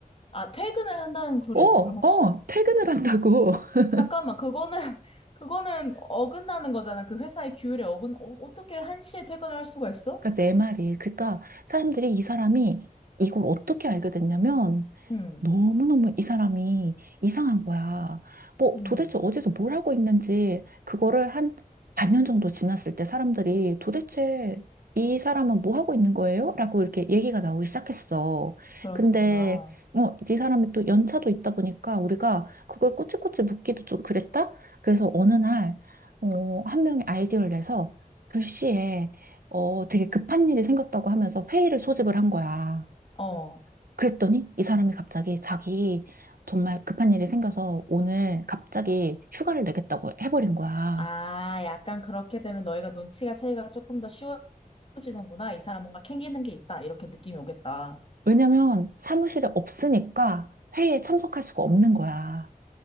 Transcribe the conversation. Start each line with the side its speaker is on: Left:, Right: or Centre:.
Left: 아, 퇴근을 한다는 소리야,
Right: 어,
Left: 지금 혹시?
Right: 어, 퇴근을 한다고. <laughs>
Left: 잠깐만, 그거는, <laughs> 그거는 어긋나는 거잖아. 그 회사의 규율에 어긋, 어, 어떻게 한시에 퇴근할 수가 있어?
Right: 그러니까 내 말이. 그러니까 사람들이 이 사람이 이걸 어떻게 알게 됐냐면
Left: 응,
Right: 너무너무 이 사람이 이상한 거야. 뭐
Left: 응,
Right: 도대체 어디서 뭘 하고 있는지 그거를 한 반년 정도 지났을 때 사람들이 도대체 이 사람은 뭐 하고 있는 거예요? 라고 이렇게 얘기가 나오기 시작했어.
Left: 그렇구나.
Right: 근데 어, 이 사람이 또 연차도 있다 보니까 우리가 그걸 꼬치꼬치 묻기도 좀 그랬다? 그래서 어느 날 어, 한 명이 아이디어를 내서 불시에 어, 되게 급한 일이 생겼다고 하면서 회의를 소집을 한 거야.
Left: 어.
Right: 그랬더니 이 사람이 갑자기 자기 정말 급한 일이 생겨서 오늘 갑자기 휴가를 내겠다고 해버린 거야.
Left: 아, 약간 그렇게 되면 너희가 눈치가 채기가 조금 더 쉬워지는구나. 이 사람 뭔가 캥기는 게 있다. 이렇게 느낌이 오겠다.
Right: 왜냐면 사무실에 없으니까 회의에 참석할 수가 없는 거야.